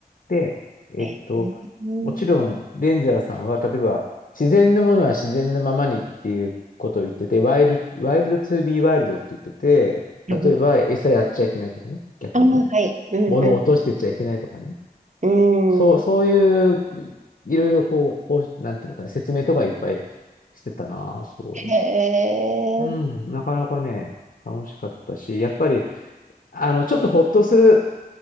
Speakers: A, on the left; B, on the right.
A: で、えっと、
B: えー、<laughs>
A: もちろん、
B: う
A: レンジャーさんは、例えば、自然のものは自然のままにっていうことを言ってて、ワイルド、ワイルドトゥービーワイルドって言ってて、
B: ん
A: 例えば、餌やっちゃいけないとかね、逆にね、
B: あー、はい。うんう
A: 物を落としてっちゃいけないとかね。
B: ん。
A: そう、
B: うん。
A: そういう、いろいろこう、こう、なんていうのかな、説明とかいっぱいしてたな、そういえば。
B: へえ。
A: うん、なかなかね、楽しかったし、やっぱり、あの、ちょっとほっとする